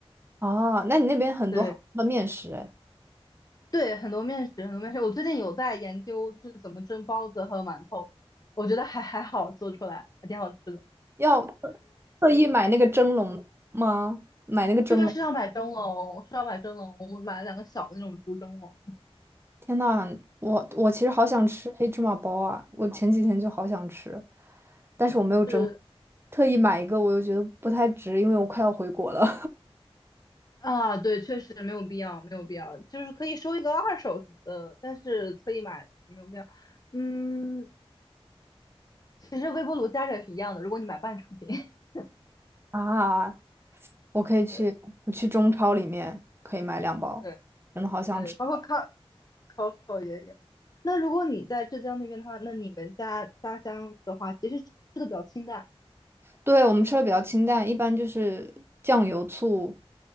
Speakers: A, on the right (about 25°); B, on the left (about 40°).
A: 哦，那你那边很多好吃的面食诶
B: 对对，很多面食，很多面食。我最近有在研究就是怎么蒸包子和馒头，我觉得还还好做出来，还挺好吃的。
A: 要特特意买那个蒸笼吗？买那个蒸笼？
B: 这个是要买蒸笼，是要买蒸笼，我买了两个小的那种竹蒸笼。
A: 天呐，我我其实好想吃黑芝麻包啊！我前几天就好想吃，但是我没有蒸，
B: 是。
A: 特意买一个，我又觉得不太值，因为我快要回国了。
B: 啊，对，确实没有必要，没有必要，就是可以收一个二手什么的，但是特意买没有必要。嗯，其实微波炉加热也是一样的，如果你买半成品，<laughs>
A: <laughs> 啊，我可以去，
B: 对
A: 我去中超里面可以买两包，
B: 对
A: 真的好想吃。
B: 对，包括 Co- c s t c o 也有。那如果你在浙江那边的话，那你们家家乡的话，其实吃的比较清淡。
A: 对，我们吃的比较清淡，一般就是酱油、醋，